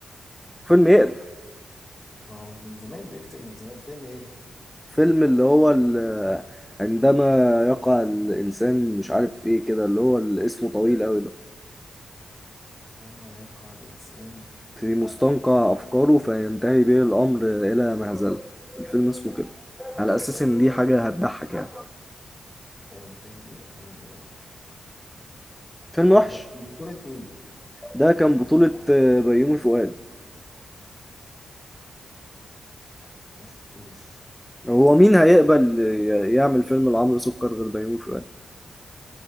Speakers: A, in the centre; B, on the left.
A: فيلم يقرف
B: ما هو من زمان بيكتب من زمان فيلم ايه ده
A: فيلم اللي هو ال- عندما يقع الانسان مش عارف ايه كده اللي هو ال- اسمه طويل قوي ده
B: ده ما يقع الانسان
A: في مستنقع افكاره فينتهي به الامر الى مهزلة الفيلم اسمه كده على اساس ان دي حاجة هتضحك يعني
B: فينتهي به الامر الى نفسه
A: فيلم وحش
B: ده كان بطولة مين
A: ده كان بطولة آه، بيومي فؤاد
B: ما شفتوش
A: هو مين هيقبل ي- يعمل فيلم لعمرو سكر غير بيومي فؤاد